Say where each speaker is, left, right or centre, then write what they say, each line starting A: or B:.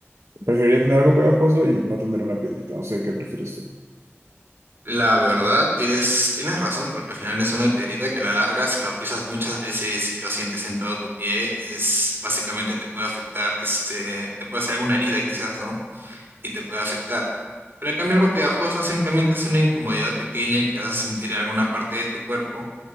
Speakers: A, on the right; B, on the right.
A: preferiría tener algo pegajoso y no tener una piedrita. No sé, ¿qué prefieres tú?
B: La verdad, tienes, tienes razón, porque al final es una piedrita que a la larga, si lo pisas muchas veces y lo sientes en todo tu pie, es básicamente te puede afectar, este, te puede hacer alguna herida quizás, ¿no? Y te puede afectar. Pero en cambio algo pegajoso simplemente es una incomodidad pequeña que vas a sentir en alguna parte de tu cuerpo